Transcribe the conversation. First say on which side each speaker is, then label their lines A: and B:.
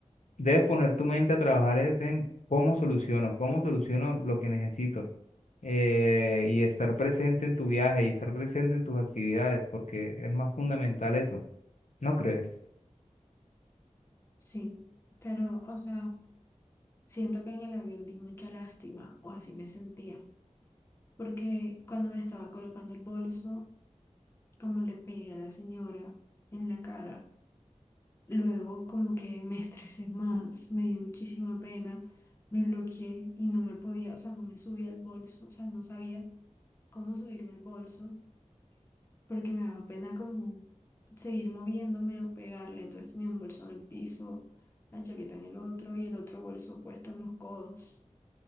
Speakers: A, on the left; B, on the left.
A: debes poner tu mente a trabajar es en cómo soluciono, cómo soluciono lo que necesito. eh, y estar presente en tu viaje y estar presente en tus actividades, porque es más fundamental eso, ¿no crees?
B: Sí, pero, o sea, siento que en el avión di mucha lástima, o así me sentía. Porque cuando me estaba colocando el bolso, como le pegué a la señora en la cara, luego como que me estresé más, me dio muchísima pena, me bloqueé y no me podía, o sea, no me subía al bolso, o sea, no sabía cómo subirme el bolso. porque me daba pena como seguir moviéndome o pegarle. Entonces tenía un bolso en el piso, la chaqueta en el otro y el otro bolso puesto en los codos.